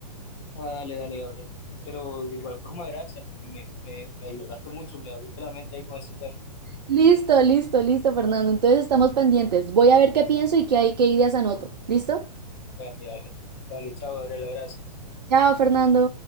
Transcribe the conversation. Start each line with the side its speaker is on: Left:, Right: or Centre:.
Left: Ah, dale, dale, Gabriela. Pero de igual forma, gracias, porque me, me, me ayudaste mucho, me abriste la mente ahí con ese tema.
Right: Listo, listo, listo, Fernando. Entonces estamos pendientes. Voy a ver qué pienso y qué hay, qué ideas anoto. ¿Listo?
Left: Dale, dale. Dale, chao, Gabriela, gracias.
Right: Chao, Fernando.